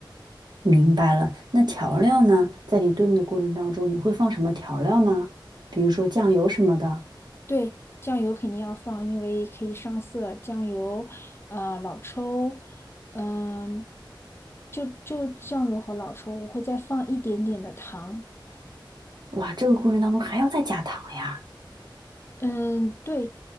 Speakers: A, on the right; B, on the left.
A: 明白了。那调料呢？在你炖的过程当中，你会放什么调料吗？比如说酱油什么的。
B: 对，酱油肯定要放，因为可以上色。酱油，呃，老抽，嗯，就就酱油和老抽，我会再放一点点的糖。
A: 哇，这个过程当中还要再加糖呀。
B: 嗯，对，